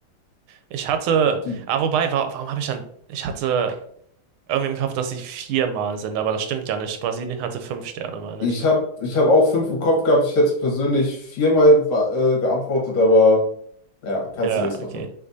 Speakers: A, on the right (about 85°); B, on the left (about 75°).
A: Ich hatte.
B: Die,
A: Ah, wobei, wa warum habe ich dann. Ich hatte Irgendwie im Kopf, dass sie viermal sind, aber das stimmt ja nicht. Brasilien hatte fünf Sterne, meine
B: ich
A: ich.
B: habe ich hab auch fünf im Kopf gehabt. Ich hätte persönlich viermal ba- äh, geantwortet, aber ja, kannst
A: Ja,
B: du nichts
A: okay.
B: machen.